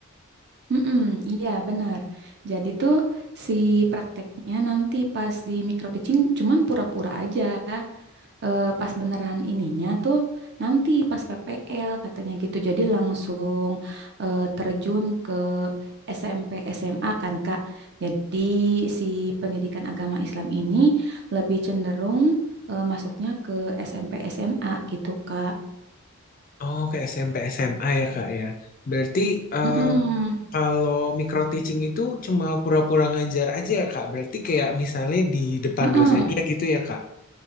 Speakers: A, on the right; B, on the left.
A: mm-mm, iya benar. Jadi tuh si prakteknya nanti pas di micro teaching cuman pura-pura aja. eh, pas beneran ininya tuh nanti pas PPL katanya gitu. Jadi langsung eh, terjun ke SMP SMA kan Kak. Jadi si pendidikan agama Islam ini lebih cenderung eh, masuknya ke SMP SMA gitu Kak.
B: Oh, ke SMP SMA ya Kak ya. Berarti eh,
A: Mm-mm.
B: kalau micro teaching itu cuma pura-pura ngajar aja ya Kak. Berarti kayak misalnya di depan
A: Heeh.
B: dosennya gitu ya Kak.